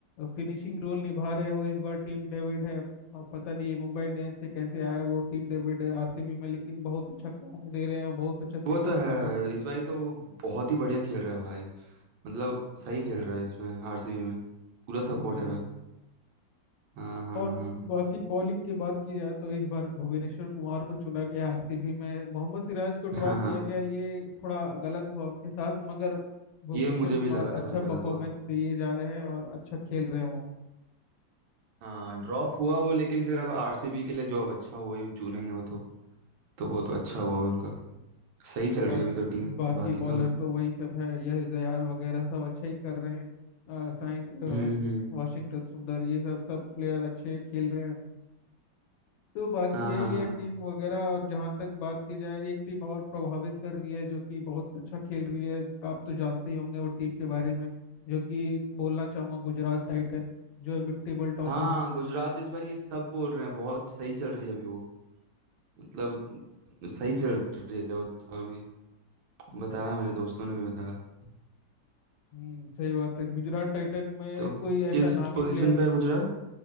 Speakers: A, on the left; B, on the right.
A: फिनिशिंग रोल निभा रहे हैं वो इस बार टीम डेविड है और पता नहीं ये मुंबई इंडियंस से कैसे आया वो टीम डेविड है आरसीबी में लेकिन बहुत अच्छा काम दे रहे हैं और बहुत अच्छा सपोर्ट
B: वो तो है
A: कर
B: इस बारी तो बहुत ही बढ़िया खेल रहा है भाई मतलब सही खेल रहा है इसमें आरसीबी में पूरा सपोर्टिव
A: रहे हैं
B: है भाई। हाँ हाँ
A: और बाकी बॉलिंग की बात की जाए तो इस बार भुवनेश्वर कुमार को चुना गया आरसीबी में मोहम्मद सिराज को ड्रॉप
B: हाँ हाँ हाँ
A: किया गया ये थोड़ा गलत हुआ उनके साथ मगर भुवनेश्वर
B: ये मुझे
A: कुमार
B: भी लगा
A: अच्छा
B: थोड़ा
A: परफॉर्मेंस
B: गलत हुआ
A: दिए जा रहे हैं और अच्छा खेल रहे हैं वो
B: हाँ ड्रॉप हुआ वो लेकिन फिर अब आरसीबी के लिए जो अब अच्छा हुआ ही चुनेंगे वो तो तो वो तो अच्छा हुआ उनका सही चल
A: बाकी
B: रही है अभी तो टीम
A: बाकी
B: बाकी
A: बॉलर
B: तो
A: तो वही सब है यश दयाल वगैरह सब अच्छा ही कर रहे हैं अ, साइंस अ,
B: हम्म हम्म
A: वाशिंगटन सुंदर ये सब सब प्लेयर अच्छे खेल रहे हैं तो बाकी
B: हाँ
A: यही
B: हाँ
A: है
B: हाँ
A: टीम वगैरह और जहाँ तक बात की जाए एक टीम और प्रभावित कर रही है जो कि बहुत अच्छा खेल रही है आप तो जानते ही होंगे वो टीम के बारे में जो कि बोलना चाहूंगा गुजरात टाइटन जो अभी टेबल टॉपर
B: हाँ
A: है
B: गुजरात इस बार ये सब बोल रहे हैं बहुत सही चल रही है अभी वो मतलब सही चल रही है वो तो अभी बताया मेरे दोस्तों ने भी बताया
A: हम्म सही बात है गुजरात टाइटन में
B: तो
A: कोई ऐसा
B: किस
A: नामी
B: पोजीशन
A: प्लेयर तो
B: पे है
A: नहीं
B: गुजरात